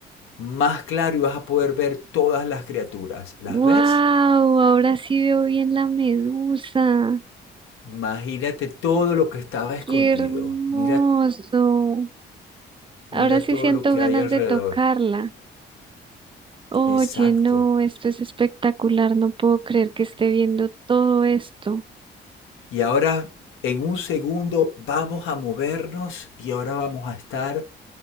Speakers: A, on the left; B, on the right.
A: más claro y vas a poder ver todas las criaturas. ¿Las
B: Wow,
A: ves?
B: ahora sí veo bien la medusa.
A: Imagínate todo lo que estaba escondido.
B: Qué hermoso.
A: Mira
B: Ahora
A: Mira
B: sí
A: todo
B: siento
A: lo que
B: ganas
A: hay alrededor.
B: de tocarla. Oye,
A: Exacto.
B: no, esto es espectacular. No puedo creer que esté viendo todo esto.
A: Y ahora, en un segundo, vamos a movernos y ahora vamos a estar